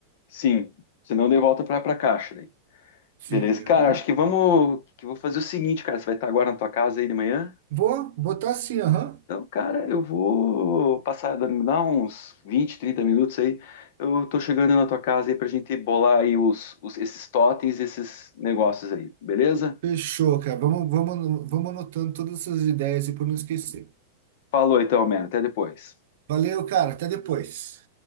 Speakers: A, on the left; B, on the right.
A: Sim. Senão daí volta pra, pra caixa daí.
B: Sim,
A: Beleza. Cara,
B: aham.
A: acho que vamos. Que eu vou fazer o seguinte, cara. Você vai estar agora na tua casa aí de manhã?
B: Vou botar assim, aham.
A: Então, cara, eu vou passar, dá dá uns 20, 30 minutos aí. Eu tô chegando na tua casa aí pra gente bolar aí os, os- esses totens, esses negócios aí, beleza?
B: Fechou, cara. Vamos, vamos, vamos anotando todas essas ideias e para não esquecer.
A: Falou então, mano. Até depois.
B: Valeu, cara. Até depois.